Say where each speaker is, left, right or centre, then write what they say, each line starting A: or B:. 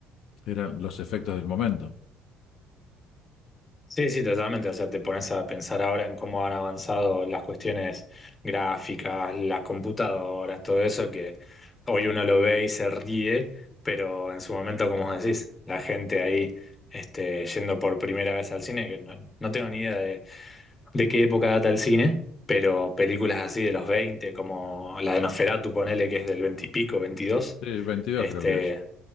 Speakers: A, on the left; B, on the left.
A: eran los efectos del momento.
B: Sí, sí, totalmente. O sea, te pones a pensar ahora en cómo han avanzado las cuestiones gráficas, las computadoras, todo eso que hoy uno lo ve y se ríe, pero en su momento, como vos decís, la gente ahí este, yendo por primera vez al cine, que no, no tengo ni idea de, de qué época data el cine, pero películas así de los 20, como la de Nosferatu, ponele que es del 20 y pico, 22.
A: Sí, 22
B: Este,
A: creo que es.